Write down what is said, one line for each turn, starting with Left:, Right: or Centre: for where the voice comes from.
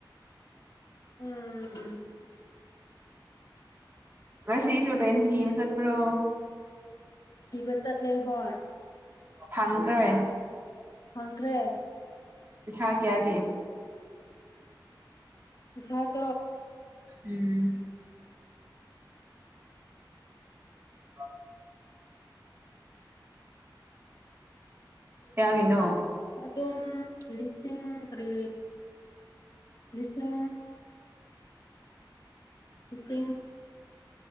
Left: ꯎꯝꯝ
Right: ꯃꯁꯤꯁꯁꯨ ꯔ꯭ꯔꯦꯦꯟ ꯊꯤ ꯃꯁꯠꯄ꯭ꯔꯣ
Left: ꯕ ꯆꯠꯂꯦ ꯍꯔ
Right: ꯊꯪꯈ꯭ꯔꯦ
Left: ꯍꯪꯈ꯭ꯔꯦ
Right: ꯑꯁ ꯀꯦꯒꯦ
Left: ꯁꯥꯠ
Right: ꯎꯝ ꯍ ꯌꯥꯒꯅꯣ
Left: ꯑꯗꯨꯝ ꯂꯤꯁꯤꯡ ꯀꯔꯤ ꯕꯤꯁꯥ ꯁꯤꯡ